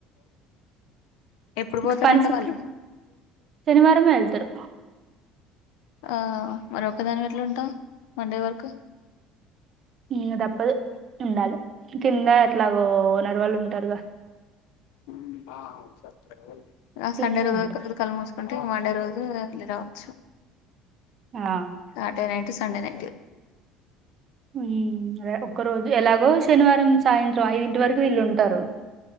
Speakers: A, on the left; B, on the right.
A: ఎప్పుడు
B: ఇంక
A: పోతారంట
B: పని సు-
A: వాళ్ళు
B: శనివారమే వెళ్తరు
A: ఆ మరొక్క దానివే ఎట్లుంటావ్ మండే వరకు
B: ఇంగతప్పదు ఉండాలి కింద ఎట్లాగో ఓనర్ వాళ్ళు ఉంటారుగా
A: మ్మ్ వావ్ సర్ప్రైజ్ వోలె ఆ
B: కిందే
A: సండే రోజు
B: ఉంటారు
A: ఒక రోజు కళ్ళు మూసుకుంటే మండే అ లే రావచ్చ
B: ఆ
A: శాటర్డే నైట్ సండే నైటు
B: హమ్ అదే ఒక్క రోజు ఎలాగో శనివారం సాయంత్రం ఐదింటి వరకు వీళ్ళు ఉంటారు